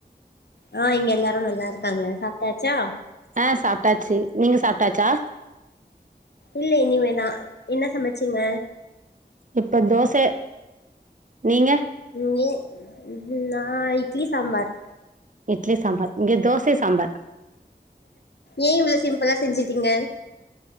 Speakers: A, on the left (about 80°); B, on the right (about 50°).
A: ஆ இங்க எல்லாரு நல்லாருக்காங்க சாப்ட்டாச்சா
B: அ சாப்ட்டாச்சு நீங்க சாப்ட்டாச்சா
A: இல்ல இனிமேதா என்ன சமச்சீங்க
B: இப்ப தோச நீங்க
A: இங்கே இது நா இட்லி சாம்பார்
B: இட்லி சாம்பார் இங்க தோச சாம்பார்
A: ஏ இவ்ளோ சிம்புளா செஞ்சிற் திங்க